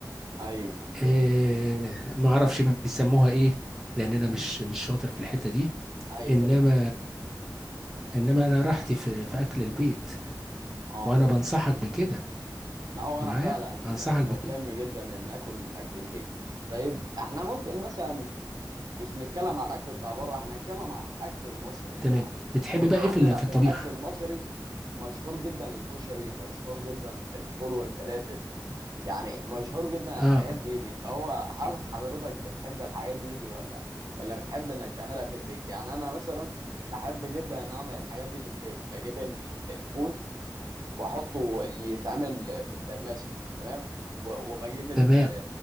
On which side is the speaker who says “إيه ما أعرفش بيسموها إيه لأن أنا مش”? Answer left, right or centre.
Centre